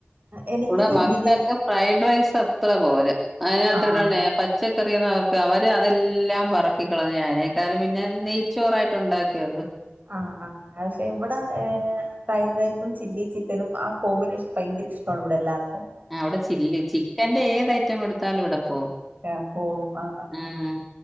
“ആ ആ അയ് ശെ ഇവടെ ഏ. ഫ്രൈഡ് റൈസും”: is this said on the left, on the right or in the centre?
Right